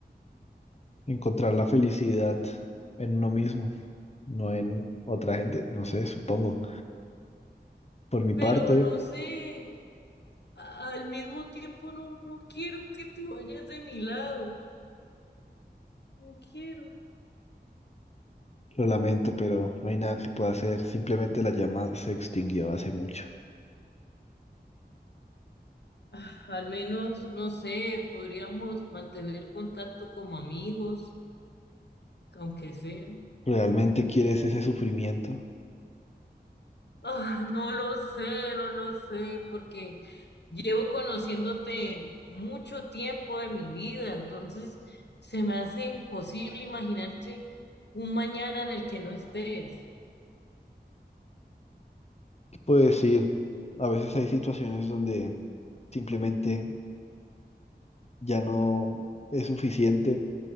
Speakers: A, on the left (about 40°); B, on the left (about 75°).
A: encontrar la felicidad en uno mismo, no en otra gente, no sé, supongo. Por mi
B: Pero
A: parte,
B: no sé, a- al mismo tiempo no, no quiero que te vayas de mi lado, no quiero.
A: lo lamento, pero no hay nada que pueda hacer. Simplemente la llama se extinguió hace mucho.
B: Ah, Al menos, no sé, podríamos mantener contacto como amigos, aunque sea.
A: ¿Realmente quieres ese sufrimiento?
B: Ah, no lo sé, no lo sé, porque llevo conociéndote mucho tiempo de mi vida, entonces se me hace imposible imaginarte un mañana en el que no estés.
A: Pues ir a veces hay situaciones donde simplemente ya no es suficiente